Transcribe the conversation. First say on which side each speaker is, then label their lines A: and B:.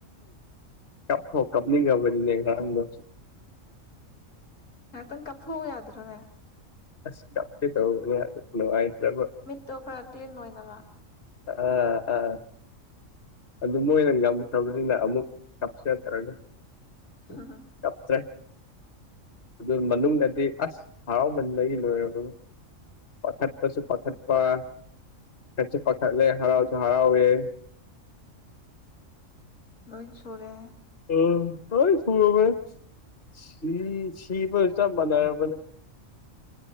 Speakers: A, on the left; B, on the left.
A: ꯀꯞꯊꯣ ꯀꯞꯅꯤꯡ ꯀꯕꯅꯤꯅꯦ ꯉꯔꯥꯡꯗꯣ
B: ꯉꯥꯏꯍꯥꯛꯇꯪ ꯀꯥꯞꯊꯣꯛꯎ ꯌꯥꯗ꯭ꯔꯣꯅꯦ
A: ꯑꯁ ꯇꯧꯕꯅꯦ ꯅꯨꯡꯉꯥꯏꯇ꯭ꯔꯕ
B: ꯃꯤꯠꯇꯣ ꯈꯔ ꯀ꯭ꯂꯤꯟ ꯑꯣꯏꯅꯕ
A: ꯑ ꯑꯥ ꯑꯗꯨ ꯃꯣꯏꯅ ꯉꯝꯃꯊꯕꯅꯤꯅ ꯑꯃꯨꯛ ꯀꯞꯁꯤꯊꯔꯒ
B: <unintelligible>
A: ꯀꯞꯇ꯭ꯔꯦ ꯑꯗꯨ ꯃꯅꯨꯡꯗꯗꯤ ꯑꯁ ꯍꯔꯥꯎꯃꯟꯗꯒꯤ ꯂꯣꯏꯔ ꯑꯗꯨꯅ ꯄꯊꯔ ꯇꯁꯨ ꯄꯊꯔ ꯄ ꯄꯊꯔꯁꯨ ꯄꯊꯔ ꯂꯩ ꯍꯔꯁꯨ ꯍꯔꯥꯎꯦ
B: ꯂꯣꯏ ꯁꯨꯔꯦ
A: ꯎ ꯇꯧ ꯁꯕ ꯁꯤ ꯁꯤꯕꯨꯇ ꯃꯅꯥꯣ ꯑꯃꯅꯤ